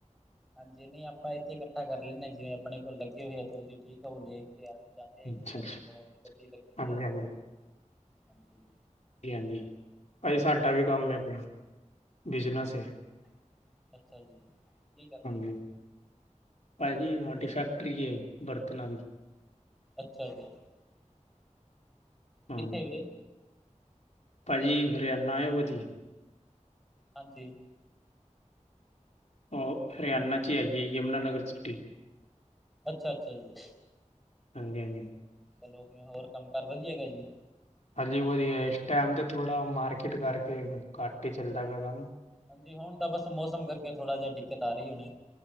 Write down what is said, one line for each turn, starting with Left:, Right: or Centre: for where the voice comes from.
Centre: ਹਾਂਜੀ ਨੀ ਆਪਾਂ ਇੱਥੇ ਕੱਠਾ ਕਰ ਲੈਂਦੇ ਆ, ਜਿਵੇਂ ਆਪਣੇ ਕੋਲ ਲੱਗੇ ਹੋਏ ਆ, ਉਹਦੀ ਠੀਕ ਆ ਉਹ ਦੇਖਦੇ ਆ। ਚਾਹਦੇ
Left: ਹਾਂਜੀ-ਹਾਂਜੀ,
Centre: ਆ ਠੀਕ ਆਪਣੇ ਕੋਲੋਂ ਗੱਡੀ ਲੱਗੀ
Left: ਹਾਂਜੀ
Centre: ਆ,
Left: ਹਾਂਜੀ
Centre: ਹਾਂਜੀ।
Left: ਹਾਂਜੀ-ਹਾਂਜੀ, ਪਾਜੀ ਸਾਡਾ ਵੀ ਕੰਮ ਐ ਆਪਣਾ ਬਿਜ਼ਨਸ
Centre: ਹਾਂਜੀ
Left: ਏ।
Centre: ਅੱਛਾ ਜੀ। ਕੀ ਕਰਦੇ
Left: ਹਾਂਜੀ,
Centre: ਵੀਰੇ
Left: ਪਾਈ ਜੀ, ਸਾਡੀ ਫੈਕਟਰੀ ਏ, ਬਰਤਣਾ ਦੀ,
Centre: ਅੱਛਾ ਜੀ। ਜੀ
Left: ਹਾਂ।
Centre: ਕਿੱਥੇ ਰੇਗੀ ਐ,
Left: ਭਾਜੀ, ਹਰਿਆਣਾ ਆਏ ਓ ਕਦੀ।
Centre: ਹਾਂਜੀ।
Left: ਉਹ ਹਰਿਆਣਾ ਚ ਏ, ਯਮੁਨਾ ਨਗਰ ਸਿਟੀ।
Centre: ਅੱਛਾ-ਅੱਛਾ ਜੀ।
Left: ਹਾਂਜੀ-ਹਾਂਜੀ।
Centre: ਚਲੋ ਹੋਰ ਕੰਮ ਕਾਰ ਵਧੀਆ ਹੈਗਾ ਜੀ।
Left: ਹਾਂਜੀ, ਵਧੀਆ ਏ ਇਸ ਟਾਈਮ ਤੇ ਥੋੜ੍ਹਾ ਮਾਰਕੀਟ ਕਰਕੇ ਘੱਟ ਹੀ, ਚੱਲਦਾ ਪਿਆ ਕੰਮ।
Centre: ਹਾਂਜੀ, ਹੁਣ ਤਾਂ ਬਸ ਮੌਸਮ ਕਰਕੇ ਥੋੜ੍ਹਾ ਜਿਹਾ ਦਿੱਕਤ ਆ ਰਹੀ ਹੋਣੀ।